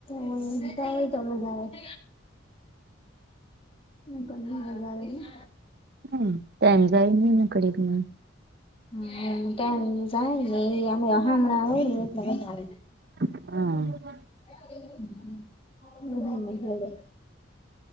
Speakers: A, on the left; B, on the right.
A: હોયસા હોય તો વધારે- એને મજ આવી-
B: હમ ટાઈમ જાય ન નકળ-
A: હમ કમ જાય એ અમે હમણાં હોય એટલે-
B: હા <unintelligible>
A: હ હ હ <inaudible>